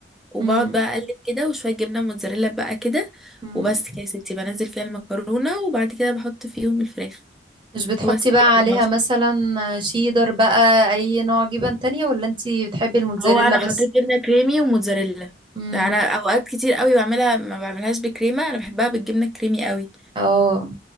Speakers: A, in the centre; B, on the right.
A: وبقعد
B: امم
A: بقى اقلب كده وشوية جبنة موتزاريلا بقى كده
B: امم
A: وبس كده يا ستي بنزل فيها المكرونة وبعد كده بحط فيهم الفراخ
B: مش بتحطي
A: وبس
B: بقى
A: كده بالمصر
B: عليها مثلا شيدر بقى اي نوع جبن تانية ولا انتي بتحبي الموتزاريلا
A: هو انا
B: بس
A: حطيت جبنة كريمي وموتزاريلا
B: أمم.
A: انا اوقات كتير قوي بعملها ما بعملهاش بكريمة انا بحبها بالجبنة الكريمي قوي
B: اه